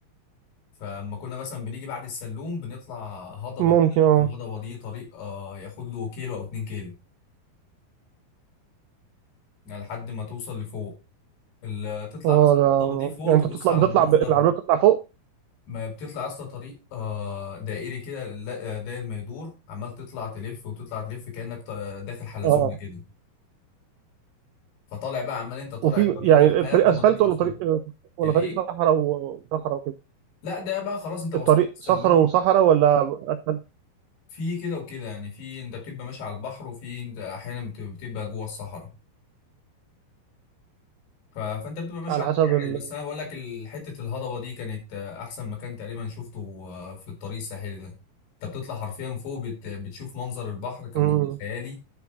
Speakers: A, on the left; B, on the right.
A: فلما كنا مثلا بنيجي بعد السلوم بنطلع هضبه
B: ممكن
A: كده
B: اه
A: ممكن الهضبه دي طريق آه، ياخد له كيلو او اتنين كيلو يعني لحد ما توصل لفوق ال- تطلع
B: اه
A: مثلا
B: ده
A: الهضبه دي فوق
B: يعني
A: تبص
B: انت بتطلع
A: على
B: بتطلع
A: المنظر
B: ب- العربيه بتطلع فوق
A: ما بتطلع اصلا طريق آه، دائري كده لا- آه، داير ما يدور عمال تطلع تلف وتطلع تلف كانك ط- داخل حلزون
B: اه
A: كده فطالع بقى عمال انت طالع
B: وفي
A: الطريق
B: يعني
A: ده لحد
B: الطريق اسفلت
A: ما تطلع
B: ولا طريق
A: فوق
B: ولا
A: الايه
B: طريق صحراء وصحراء وكده
A: لا ده بقى خلاص انت وصلت
B: الطريق
A: السلوم
B: صخر وصحراء ولا اسفلت
A: في كده وكده يعني في انت بتبقى ماشي على البحر وفي انت احيانا بت- بتبقى جوه الصحراء ف... فانت بتبقى ماشي
B: على
A: على
B: حسب
A: الطريق
B: ال...
A: عادي بس انا بقول لك ال- حته الهضبه دي كانت آه، احسن مكان تقريبا شفته آه، في الطريق الساحلي ده انت بتطلع حرفيا فوق بت... بتشوف منظر البحر كان
B: مم.
A: منظر خيالي